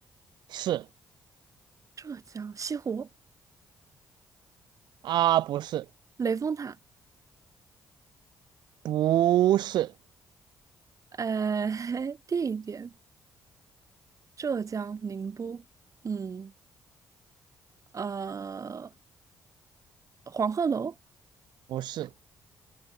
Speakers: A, on the right (about 75°); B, on the right (about 45°).
A: 是
B: 浙江西湖。
A: 啊，不是，
B: 雷峰塔，
A: 不是，
B: 呃，<laughs> 地点浙江宁波，嗯，呃，黄鹤楼，
A: 不是